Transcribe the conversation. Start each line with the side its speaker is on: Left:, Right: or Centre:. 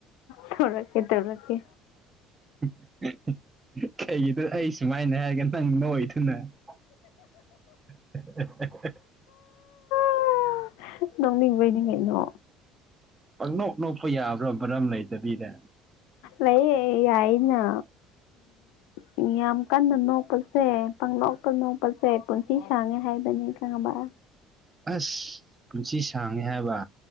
Left: ꯊꯧꯔꯛꯀꯦ-ꯇꯧꯔꯛꯀꯦ
Right: <unintelligible> ꯈꯩꯒꯤꯅꯣ ꯑꯩ ꯁꯨꯃꯥꯏꯅ ꯍꯥꯏꯔꯒ ꯅꯪ ꯅꯣꯛꯏꯗꯨꯅ <unintelligible>
Left: <unintelligible> ꯅꯣꯛꯅꯤꯡꯕꯩꯅꯤꯀꯩꯅꯣ
Right: ꯄꯪꯅꯣꯛ-ꯅꯣꯛꯄ ꯌꯥꯕ꯭ꯔꯣ ꯃꯔꯝ ꯂꯩꯇꯕꯤꯗ
Left: ꯂꯩꯌꯦ ꯌꯥꯏꯅ ꯎꯝ ꯌꯥꯝ ꯀꯟꯅ ꯅꯣꯛꯄꯁꯦ ꯄꯪꯅꯣꯛ ꯀꯅꯣꯛꯄꯁꯦ ꯄꯨꯟꯁꯤ ꯁꯥꯡꯉꯦ ꯍꯥꯏꯕꯅꯤ ꯈꯪꯉꯕ
Right: ꯑꯁ ꯄꯨꯟꯁꯤ ꯁꯥꯡꯉꯦ ꯍꯥꯏꯕ